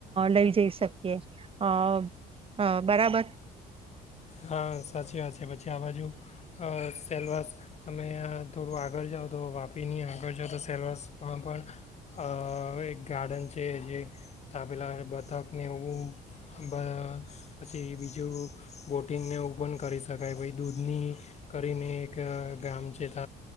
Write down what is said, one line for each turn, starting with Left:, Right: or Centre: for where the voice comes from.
Right: લઈ જઈ શકીએ અ બરાબર.
Left: હા સાચી વાત છે પછી આ બાજુ સેલવાસ તમે થોડું આગળ જાઓ તો વાપીની આગળ જાઓ તો સેલવાસ પણ પણ હવે એક ગાર્ડન છે જે તાપેલા બથકને એવું <unintelligible> પછી બીજું વોટિંગને એવું પણ કરી શકાય ભાઈ દૂધની કરીને એક ગામ છે ત